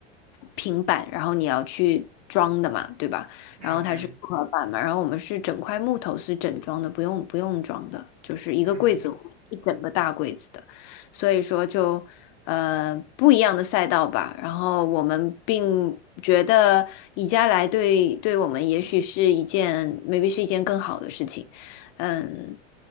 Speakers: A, on the left; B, on the right.
A: 平板，然后你要去装的嘛，对吧？
B: 嗯嗯
A: 然后它是复合板嘛，然后我们是整块木头是整装的，不用不用装的，就是一个柜子，
B: 嗯，
A: <laughs> 一整个大柜子的。所以说就呃不一样的赛道吧。然后我们并觉得宜家来对对我们也许是一件 maybe 是一件更好的事情。嗯，